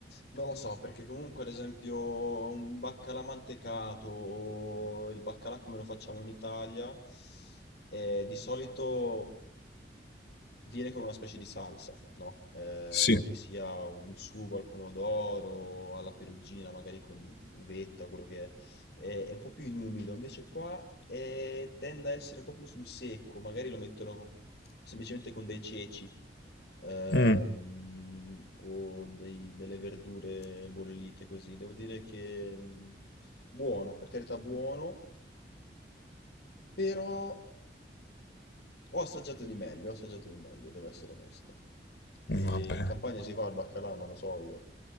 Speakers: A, on the left; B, on the left.
A: non lo so, perché comunque ad esempio un baccalà mantecato o il baccalà come lo facciamo in Italia, eh, di solito viene con una specie di salsa, no? Eh,
B: Sì.
A: che sia un sugo al pomodoro, alla perugina, magari con uvetta o quello che è. Eh, è un po' più inumido, invece qua eh, tende a essere un po' più sul secco, magari lo mettono semplicemente con dei ceci ehm,
B: Mm,
A: o dei- delle verdure bollite così. Devo dire che mm, buono, per carità buono, però ho assaggiato di meglio, ho assaggiato di meglio, devo essere onesto. E
B: va bene.
A: in Campania si fa il baccalà, non lo so io.